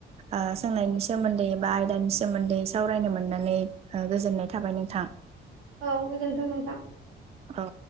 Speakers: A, on the right; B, on the right.
A: ओ सोंनायनि सोमोन्दै एबा आयदानि सोमोन्दै सावरायनो मोननानै ओ गोजोननाय थाबाय नोंथां।
B: औ गोजोनथों नोंथां
A: औ